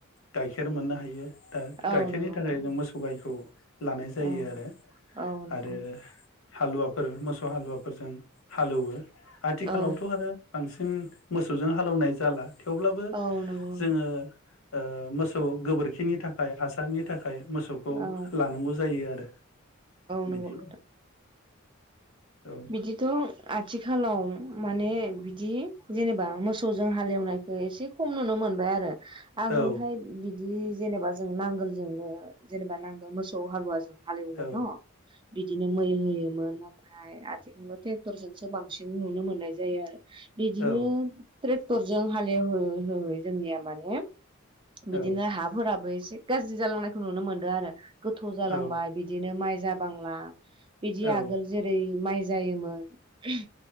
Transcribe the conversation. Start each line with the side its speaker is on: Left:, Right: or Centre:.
Left: गाइखेर मोननो हा हायो दा
Right: औ
Left: गाइखेरनि
Right: नंगौ
Left: थाखाय
Right: नोंथां
Left: जों मोसौ गाइखौ लानाय जायो
Right: औ
Left: आरो
Right: औ नंगौ
Left: आरो हालुवाफोर मोसौ हालुवाफोरजों। हालौवो आथिखालावथ'
Right: औ
Left: आरो बांसिन न मोसौजों हालेवनाय जाला। थेवब्लाबो
Right: औ नंगौ नोंथां
Left: जोङो ओ मोसौ गोबोरखिनि थाखाय हासारनि थाख खाय मोसौखौ
Right: औ
Left: लानांगौ जायो आरो
Right: नंगौ
Left: बिदि
Right: नोंथां
Left: <inaudible> औ
Right: बिदिथ आथि खालाव माने बिदि जेनेबा मोसौजों हालेवनायखौ एसे खम नुनो मोनबाय आरो आगोलहाय
Left: औ
Right: बिदि दि जेनेबा जों नांगोलजोंनो जेनेबा नांगोल मोसौ हालुवाजों हालेवोमोन
Left: औ
Right: न बिदिनो मै होयोमोन। थाय आथिखालाव टेक्टरजोंसो बांसिन नुनो मोननाय जायो आरो। बिदिनो
Left: औ
Right: ट्रेक टरजों हालेव होैवै हौवै जोंनिया माने बिदिनो
Left: औ
Right: हाफोराबो इ से गाज्रि जालांनायखौ नुनो मोनदो आरो। गोथौ जालांबाय
Left: औ
Right: बिदिनो माइ जाबांला। बिदि
Left: औ
Right: आगोल रै माइ जायोमोन।